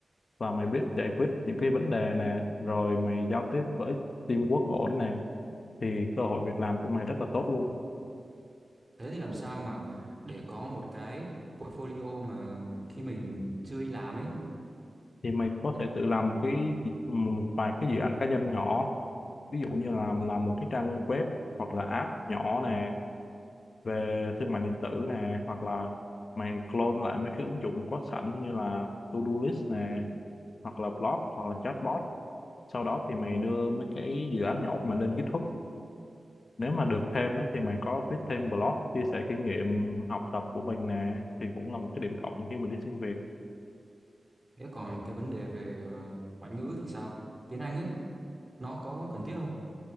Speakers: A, on the left (about 60°); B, on the right (about 25°).
A: và mày biết giải quyết những cái vấn đề nè rồi mày giao tiếp với teamwork ổn nè thì cơ hội việc làm của mày rất là tốt luôn
B: Thế thì làm sao mà để có một cái portfolio mà khi mình chưa đi làm ấy.
A: thì mày có thể tự làm cái một vài cái dự án cá nhân nhỏ ví dụ như là làm một cái trang web hoặc là app nhỏ nè về thương mại điện tử nè hoặc là mày clone lại mấy cái ứng dụng có sẵn như là to-do list nè hoặc là blog hoặc là chatbot sau đó thì mày đưa mấy cái dự án nhỏ của mình lên GitHub nếu mà được thêm á, thì mày có viết thêm blog chia sẻ kinh nghiệm học tập của mình nè thì cũng là một cái điểm cộng khi mà đi xin việc
B: Thế còn cái vấn đề về ờ, ngoại ngữ thì sao? Tiếng Anh ấy nó có cần thiết không?